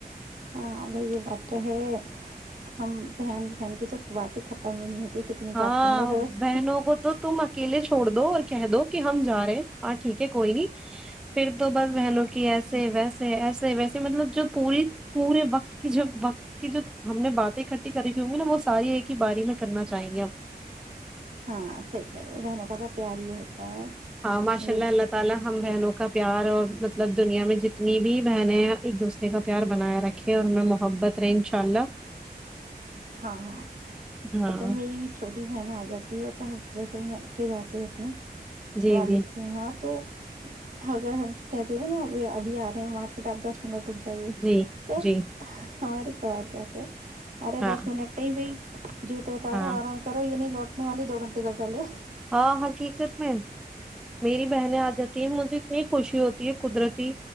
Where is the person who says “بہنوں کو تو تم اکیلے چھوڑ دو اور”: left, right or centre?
Centre